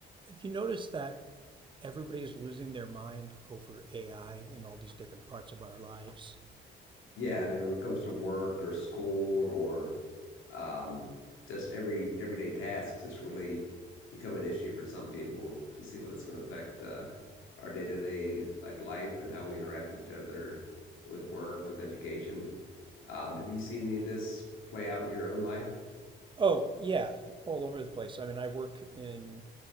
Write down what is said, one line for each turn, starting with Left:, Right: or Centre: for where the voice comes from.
Right: Have you noticed that everybody is losing their mind over AI and all these different parts of our lives?
Left: Yeah, I mean, when it comes to work or school or um, just every everyday tasks, it's really become an issue for some people to see what it's going to affect uh, our day-to-day like life and how we interact with each other, with work, with education. Um, have you seen any of this play out in your own life?
Right: Oh, yeah, all over the place. I mean, I work in